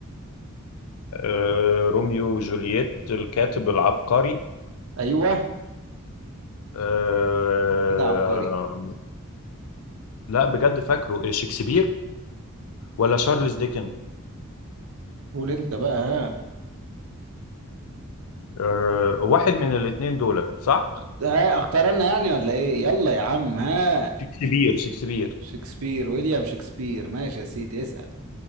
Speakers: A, on the left; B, on the right.
A: آه روميو وجولييت الكاتب العبقري
B: ايوه
A: آه
B: كده عبقري
A: لا بجد فاكره إيه، شكسبير ولا شارلز ديكن
B: قول انت بقى ها
A: آه واحد من الاثنين دول صح
B: ده اختار انا يعني ولا ايه يلا يا عم ها
A: شكسبير شكسبير
B: شكسبير ويليام شكسبير ماشي يا سيدي اسأل